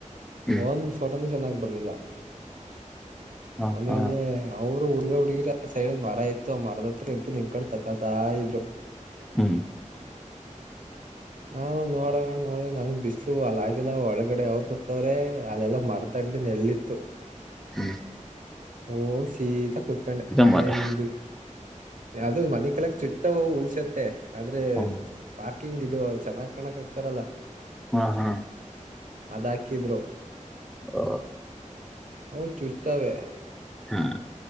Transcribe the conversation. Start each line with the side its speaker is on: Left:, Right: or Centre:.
Centre: ಹ್ಮ್
Right: ಒನ್ ಫೋಟ <unintelligible> ಗಿ ಬರ್ಲಿಲ್ಲ.
Centre: ಹಾ
Right: ಆಮೇಲೆ
Centre: ಹಾ
Right: ಅವ್ ಹುಡುಗ ಹುಡುಗಿ ಆ ಸೈಡ್ಡಲ್ ಮರ ಇತ್ತು ಆ ಮರದ ಹತ್ರ ಇಬ್ರು ನಿಂತ್ ಕಂಡ್ ತಕತಾ ಇದ್ರು.
Centre: ಹ್ಮ್
Right: ನಾವು ನೋಡಂ ನೋಡ ನಂಗ್ ಬಿಸ್ಲು ಅಲ್ಲಾಗಿಲ್ಲ ಒಳಗಡೆ ಅವ್ರ್ ಕುತ್ ತ್ತವ್ರೆ ಅದೆಲ್ಲಾ ಮರ್ತಂಡಿ ನೆಳ್ಳ ಹ.
Centre: ಹ್ಮ.
Right: ಹುಷ ಸೀತಾ ಕುೂತ್ಕೊಂಡೆ
Centre: ಮನೆ
Right: ನೇಮ್ದಿ ಅದು ಮನಿ ಕಲಕ್ ಚುತ್ತತವು ಉಲ್ಸತ್ ಮತ್ತು. ಆದ್ರೆ
Centre: ಹ್ಮ್
Right: ಪಾರ್ಕ್ ಹಾ ಹಿಂಗ ಇದು ಚೆನ್ನ್ ಕಕ ಆಕ್ತಾರಲ್ಲಾ
Centre: ಹ್ಮ ಹ್ಮ್
Right: ಅದಾ ಹಾಕಿದ್ರು
Centre: ಓ
Right: ಹ ಚೂಚ್ತಾವೇ
Centre: ಹಾ